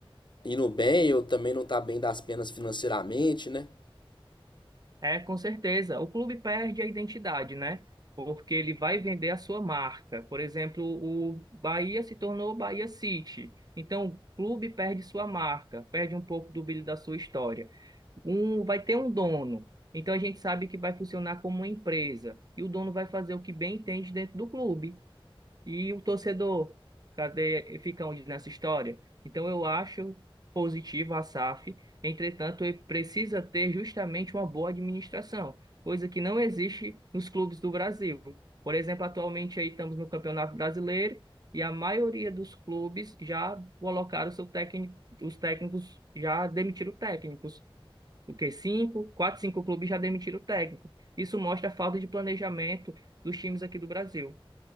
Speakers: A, on the left; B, on the right.
A: indo bem ou também não tá bem das penas financeiramente, né?
B: É, com certeza. O clube perde a identidade, né? Porque ele vai vender a sua marca. Por exemplo, o Bahia se tornou Bahia City. Então, o clube perde sua marca, perde um pouco do brilho da sua história. Um vai ter um dono. Então, a gente sabe que vai funcionar como uma empresa. E o dono vai fazer o que bem entende dentro do clube. E o torcedor, cadê, fica onde nessa história? Então eu acho positivo a SAF, entretanto, ele precisa ter justamente uma boa administração, coisa que não existe nos clubes do Brasil. Por exemplo, atualmente aí estamos no Campeonato Brasileiro e a maioria dos clubes já colocaram seu técnico, os técnicos já demitiram técnicos. O que cinco, quatro, cinco clubes já demitiram o técnico. Isso mostra a falta de planejamento dos times aqui do Brasil.